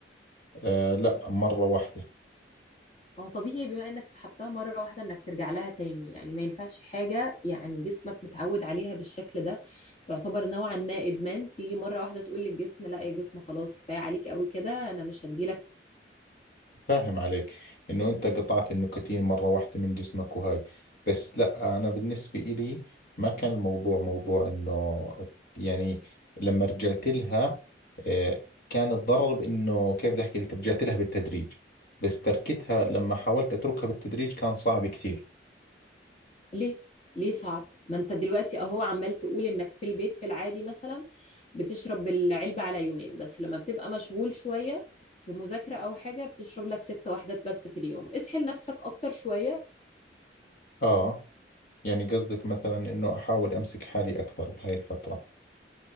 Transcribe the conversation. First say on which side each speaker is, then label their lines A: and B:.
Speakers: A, on the left; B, on the left.
A: آه لا مرة واحدة
B: ما هو طبيعي بما انك سحبتها مرة واحدة انك ترجع لها تاني يعني ما ينفعش حاجة يعني جسمك متعود عليها بالشكل ده تعتبر نوعا ما ادمان تيجي مرة واحدة تقول للجسم لا يا جسم خلاص كفاية عليك قوي كده انا مش هديلك
A: فاهم عليك إنه أنت قطعت النكتين مرة واحدة من جسمك وهاي بس لا أنا بالنسبة إلي ما كان الموضوع موضوع إنه يعني لما رجعت لها آه كان الضرر بإنه كيف بدي أحكي لك رجعت لها بالتدريج بس تركتها لما حاولت أتركها بالتدريج كان صعب كثير
B: ليه ليه صعب ما انت دلوقتي اهو عمال تقول انك في البيت في العادي مثلا بتشرب العلبة على يومين بس لما بتبقى مشغول شوية في مذاكرة او حاجة بتشرب لك ست وحدات بس في اليوم اسحل نفسك اكتر شوية
A: آه يعني قصدك مثلا إنه أحاول أمسك حالي أكثر بهاي الفترة